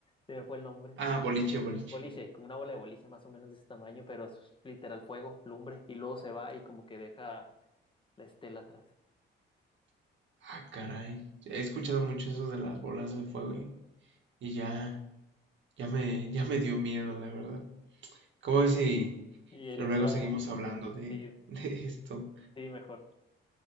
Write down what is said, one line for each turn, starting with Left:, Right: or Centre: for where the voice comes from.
Left: Se me fue el nombre.
Right: Ah, boliche, boliche.
Left: Boliche, como una bola de boliche más o menos de ese tamaño, pero es literal fuego, lumbre, y luego se va y como que deja la estela atrás.
Right: Ah, caray. He escuchado mucho eso de las bolas de fuego y, y ya, ya me, ya me dio miedo, la verdad. ¿Cómo ves si
Left: Y ahí
Right: luego
Left: le paramos.
Right: seguimos hablando de,
Left: Sí,
Right: de esto?
Left: sí, mejor.